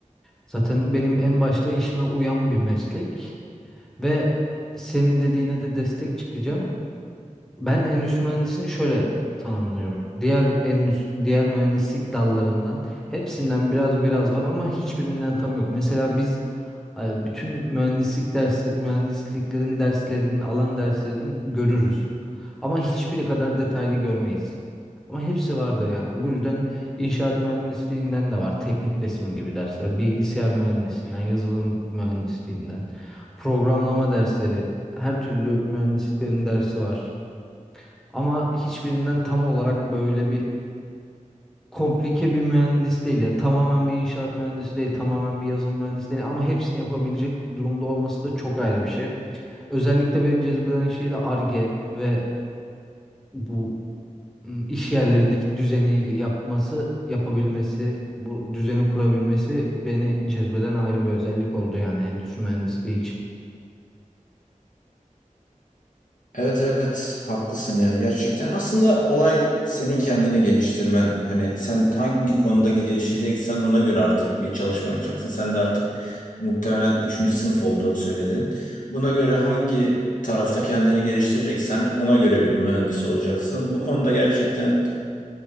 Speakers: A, in the centre; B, on the left (about 75°).
A: Zaten benim en başta işime uyan bir meslek ve senin dediğine de destek çıkacağım. Ben endüstri mühendisliğini şöyle tanımlıyorum. Diğer endüstri, diğer mühendislik dallarından hepsinden biraz biraz var ama hiçbirinden tam yok. Mesela biz e, bütün mühendislik dersi, mühendisliklerin derslerinin, alan derslerinin görürüz. Ama hiçbiri kadar detaylı görmeyiz. Ama hepsi vardır yani. Bu yüzden inşaat mühendisliğinden de var. Teknik resim gibi dersler. Bilgisayar mühendisliğinden, yazılım mühendisliğinden, programlama dersleri, her türlü mühendisliklerin dersi var. Ama hiçbirinden tam olarak böyle bir komplike bir mühendis değil ya. Tamamen bir inşaat mühendisi değil, tamamen bir yazılım mühendisi değil ama hepsini yapabilecek durumda olması da çok ayrı bir şey. Özellikle beni cezbeden şey de Ar-Ge ve bu ım, iş yerlerindeki düzeni yapması, yapabilmesi, bu düzeni kurabilmesi beni cezbeden ayrı bir özellik oldu yani endüstri mühendisliği için.
B: Evet evet haklısın yani gerçekten. Aslında olay senin kendini geliştirmen. Hani sen hangi konuda gelişeceksen ona göre artık bir çalışma yapacaksın. Sen de artık muhtemelen üçüncü sınıf olduğunu söyledin. Buna göre hangi tarafta kendini geliştireceksen ona göre bir mühendis olacaksın. Bu konuda gerçekten